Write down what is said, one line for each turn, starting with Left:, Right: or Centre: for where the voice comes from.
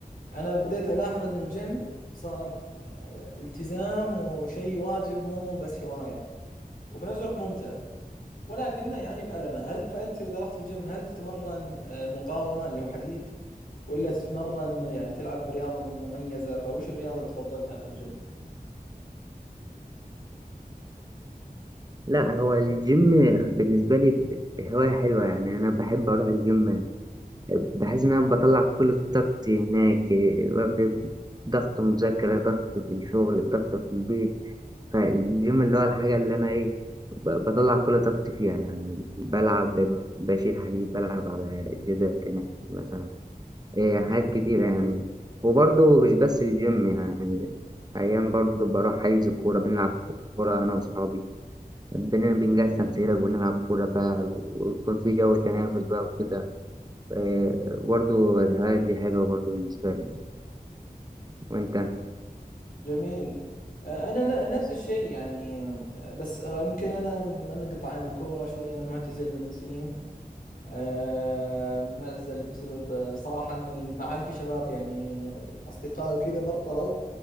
Left: أنا بديت ألاحظ إن الجيم صار أه، التزام وشيء واجب مو بس هواية وفي نفس الوقت ممتع ولكنه يعني بألمه هل فأنت إذا رحت الجيم هل تتمرن أه، مقاومة اللي هو حديد ولا تتمرن أه، يعني تلعب برياضة مميزة فوش الرياضة اللي تفضلها في الجيم
Right: لا هو الجيم بالنسبة لي هواية حلوة يعني أنا بحب أروح الجيم بحس إن أنا بطلع كل طاقتي هناك آه، ب- ضغط مذاكرة ضغط في الشغل ضغط في البيت فالجيم اللي هو الحاجة اللي أنا إيه ب- بطلع كل طاقتي فيها يعني بلعب بشيل حديد بلعب على جدار هناك مثلا إيه، حاجات كتيرة يعني وبرضه مش بس الجيم يعني أيام برضه بروح حيز كورة بنلعب كورة أنا وأصحابي بن- بنقسم فرق ونلعب كورة بقى ويكون في جو تنافس بقى وكده إيه، برضه الهواية دي حلوة برضه بالنسبة لي وأنت؟
Left: جميل أه، أنا ن- نفس الشيء يعني أه، بس آه، يمكن أنا منقطع عن الكورة شوي أنا معتزل من سنين آه، مأزل بسبب آه، صراحة إن ال- ما عاد في شباب يعني أصدقائي وكذا بطلوا